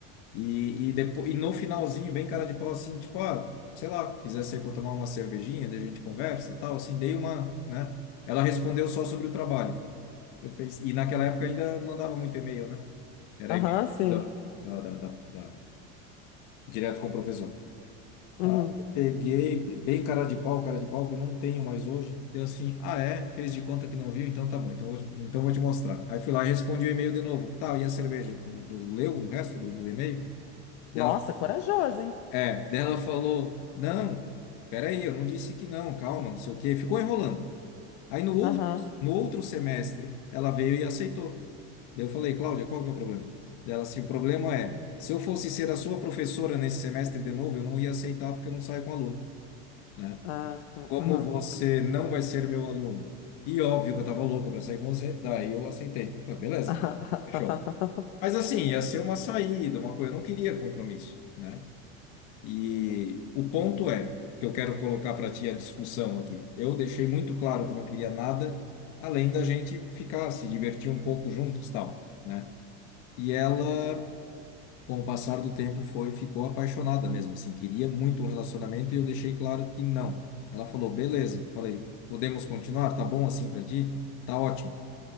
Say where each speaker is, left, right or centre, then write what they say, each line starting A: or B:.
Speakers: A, on the left; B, on the left.
A: E, e, depois, e no finalzinho, bem cara de pau, assim, tipo, ah, sei lá, quiser sair para tomar uma cervejinha, daí a gente conversa, tal, assim, dei uma, né? Ela respondeu só sobre o trabalho. Eu pensei, e naquela época ainda mandava muito e-mail, né? Era
B: Aham,
A: e-mail
B: sim.
A: da, da, da, da, da- direto com o professor.
B: Uhum.
A: Aí eu peguei, bem cara de pau, cara de pau, que eu não tenho mais hoje. Deu assim, ah, é? Fez de conta que não viu, então tá bom, então vou, então vou te mostrar. Aí fui lá e respondi o e-mail de novo. Tá, e a cerveja? Tu- tu Leu o resto do, do e-mail? dela
B: Nossa, corajoso, hein?
A: É, daí ela falou: Não, peraí, eu não disse que não, calma, não sei o quê. Ficou enrolando. Aí no outro,
B: Aham.
A: no outro semestre, ela veio e aceitou. Daí eu falei: Cláudia, qual que é o problema? Daí ela assim: O problema é, se eu fosse ser a sua professora nesse semestre de novo, eu não ia aceitar porque eu não saio com aluno, né?
B: Ah, tá.
A: Como
B: Aham.
A: você não vai ser meu aluno? E óbvio que eu tava louca para sair com você, daí eu aceitei. Eu falei: Beleza,
B: Aham. <laughs>
A: fechou. Mas assim, ia ser uma saída, uma coisa, eu não queria compromisso, né? E o ponto é que eu quero colocar para ti a discussão aqui. Eu deixei muito claro que eu não queria nada além da gente ficar, se divertir um pouco juntos, tal, né? E ela, com o passar do tempo, foi, ficou apaixonada mesmo, assim, queria muito um relacionamento e eu deixei claro que não. Ela falou, beleza. Falei, podemos continuar? Tá bom assim para ti? Tá ótimo.